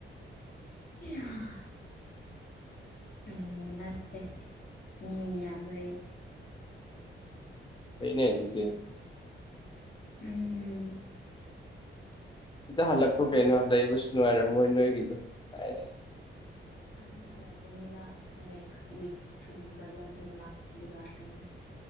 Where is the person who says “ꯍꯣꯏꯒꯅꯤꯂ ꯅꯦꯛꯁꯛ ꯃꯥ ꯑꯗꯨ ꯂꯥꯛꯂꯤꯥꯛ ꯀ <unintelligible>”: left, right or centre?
Left